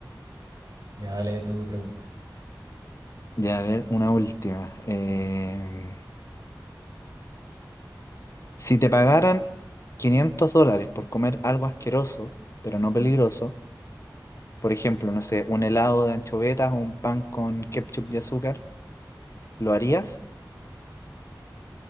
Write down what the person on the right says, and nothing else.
Ya, dale tu pregunta.